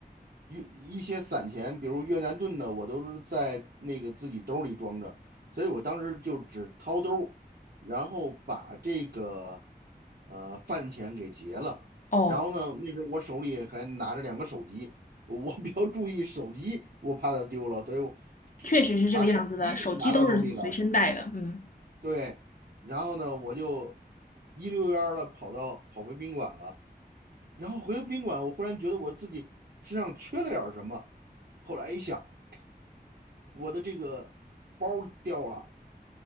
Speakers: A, on the right; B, on the left.
A: 一一些散钱，比如越南盾的，我都是在那个自己兜儿里装着，所以我当时就只掏兜儿然后把这个呃饭钱给结了。
B: 哦，
A: 然后呢，那时候我手里还拿着两个手机，我比较注意手机，我怕它丢了，所以我这把手机拿到手里了，
B: 确实是这个样子的，手机都是随身带的。嗯，
A: 对，然后呢，我就一溜烟儿的跑到跑回宾馆了。然后回到宾馆，我忽然觉得我自己身上缺了点儿什么。后来一想，我的这个包儿掉了，